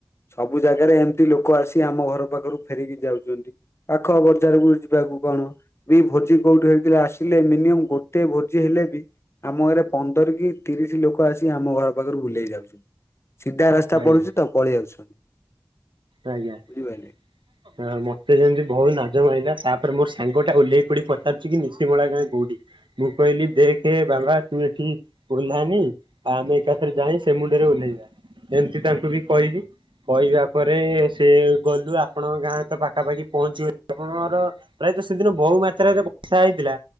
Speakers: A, on the left; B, on the right.
A: ସବୁ ଜାଗାରେ କେମିତି ଲୋକ ଆସି ଆମ ଘର ପାଖରୁ ଫେରିକି ଯାଉଛନ୍ତି। ପାଖ ବଜାରକୁ ଯିବାକୁ କଣ ବି ଭୋଜି କୋଉଠି ହେଇଥିଲା ଆସିଲେ। ମିନିମମ୍ ଗୋଟେ ଭୋଜି ହେଲେ ବି ଆମ ଘରେ ପନ୍ଦର କି ତିରିଶ ଲୋକ ଆସିବେ ପାଖରୁ ବୁଲେଇ ଯାଉଛନ୍ତି, ସିଧା ରାସ୍ତା
B: ଆଜ୍ଞା
A: ପଡୁଛି ତ ପଳେଇ ଆସୁଛନ୍ତି।
B: ଆଜ୍ଞା।
A: ବୁଝିପାରିଲେ।
B: <unintelligible> ମତେ ଯେମତି ବହୁତ ନାଜ ମାଇଲା, ତାପରେ ମୋର ସାଙ୍ଗ ଟା ଓହ୍ଲେଇ ପଡି ପଚାରୁଛି କି ନିଶିମଳା ଗାଁ କୋଉଠି? ମୁଁ କହିଲି ଦେଖ ବାବା ତୁ ଏଠି ଓହ୍ଲାନି, ଆଉ ଆମେ ଏକାଥରେ ଯାଇ ସେ ମୁଣ୍ଡରେ ଓହ୍ଲେଇବା। ଏମତି ତାଙ୍କୁ ବି କହିଲି, କହିବା ପରେ ସେ ଗଲୁ ଆପଣଙ୍କ ଗାଁ ତ ପାଖାପାଖି ପହଞ୍ଚିଗଲୁ, ଆପଣର ପ୍ରାୟତଃ ସେଦିନ ବହୁତ ଯୋଉ ମାତ୍ରରେ ବର୍ଷା ହେଇଥିଲା,